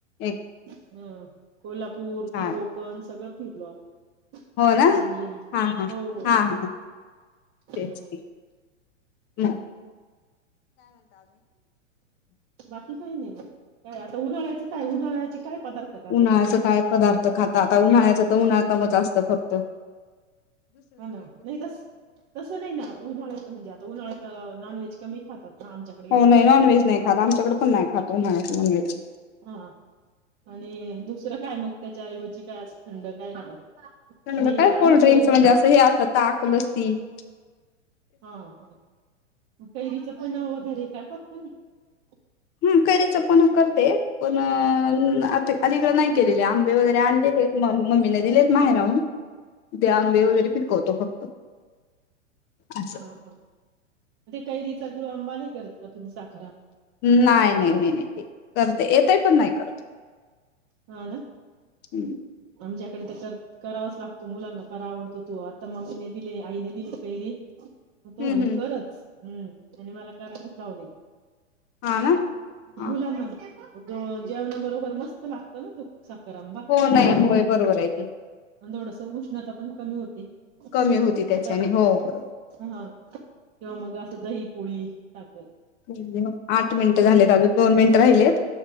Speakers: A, on the left (about 30°); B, on the right (about 30°).
A: एक
B: हम कोल्हापूर
A: चार
B: ते कोकण सगळं फिरलो आम्ही
A: हो ना
B: सांगली.
A: हा हां
B: हो, हो.
A: हा हा
B: हं.
A: तेच की, हम्
B: बाकी क काही नाही म काय आता उन्हाळ्याचं काय उन्हाळ्याची काय पदार्थ करता
A: उन्हाळचं
B: तुम्ही
A: काय पदार्थ खातात आता उन्हाळ्याचं तर उन्हा क म जास्त खप
B: हा ना नाही तस तस नाही ना उन्हाळ्याच म्हणजे आता उन्हाळ्याच नॉन व्हेज कमी खातात ना आमच्याकडे
A: हो नाही
B: खात
A: नॉनव्हेज
B: एवढं
A: नाही खाता आमच्याकडे पण नाही खात उन्हाळ्यात नॉनव्हेज
B: हा आणि दुसरं काय मग त्याच्याऐवजी काय अस थंड काय <unintelligible> मी
A: र काय
B: आम्ही
A: कोल्ड्रिंकस
B: कैरी
A: म्हणजे असं हे असत ताक, लस्सी ते
B: हा- हा कैरीच पणं वगैरे काय? <unintelligible>
A: हम कैरीच पण करते, पण आता अं अलीकडे नाही केलेले, आंबे वगैरे आणलेले, मम मम्मीने दिलेत माहेराहून. त्या आंबे
B: हम्म
A: वगैरे पिकवतो फक्त. असं
B: हा - हा. ते कैरीचा गुळआंबा नाही करत, <inaudible> तुम्ही साख
A: नाही नाही नाही नाही ते, करते येतय पण नाही करत.
B: हा ना.
A: हम्
B: आमच्याकडे तर कर करावाच लागतो. मुलांना फार आवडतो तो, आता मम्मीे दिले, आईने दिले कैरी. हो तो म्हणे
A: हम्म
B: करच. हम्, त्याने मला करायलाच लावली.
A: हा ना हा
B: मुलांना <inaudible> जेव जेवणा बरोबर मस्त लागतं ना तो. साखर आंबा
A: हो नाही, होय. बरोबर आहे की.
B: थोडसं उष्णता पण कमी होते. <unintelligible>
A: कमी होती त्याच्याने
B: हा
A: हो बरोबर
B: किंवा मग असं दहीपोळी. <unintelligible>
A: <unintelligible> आठ मिनिटं झालेत, अजून दोन मिनिट राहिलेत,